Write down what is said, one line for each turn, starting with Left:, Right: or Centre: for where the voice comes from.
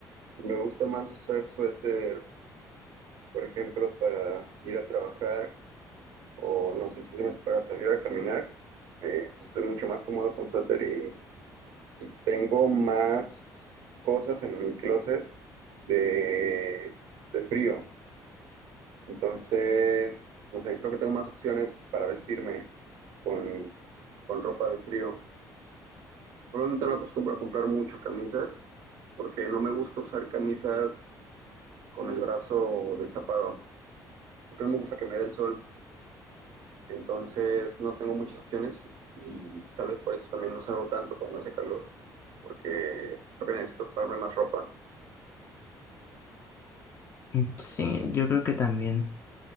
Right: Me gusta más usar suéter, por ejemplo, para ir a trabajar o no sé, simplemente para salir a caminar. Eh, estoy mucho más cómodo con suéter Y tengo más cosas en mi closet de, de frío. Entonces, no sé, creo que tengo más opciones para vestirme con, con ropa de frío. Probablemente no acostumbro a comprar mucho camisas porque no me gusta usar camisas con el brazo destapado, porque no me gusta que me dé el sol. Entonces, no tengo muchas opciones y tal vez por eso también no salgo tanto cuando hace calor, porque creo que necesito comprarme más ropa.
Left: Mm, Sí, yo creo que también